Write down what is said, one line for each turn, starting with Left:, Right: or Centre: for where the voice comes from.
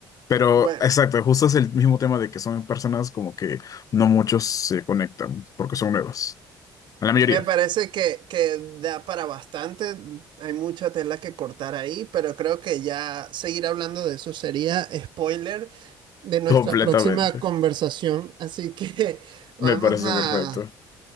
Left: Pero
Right: Bueno,
Left: exacto, justo es el mismo tema de que son personas como que no muchos se conectan porque son nuevas. La mayoría,
Right: me parece que, que da para bastante. Hay mucha tela que cortar ahí, pero creo que ya seguir hablando de eso sería spoiler
Left: <laughs>
Right: de nuestra
Left: completamente.
Right: próxima conversación. Así que <laughs> vamos
Left: Me parece
Right: a,
Left: perfecto.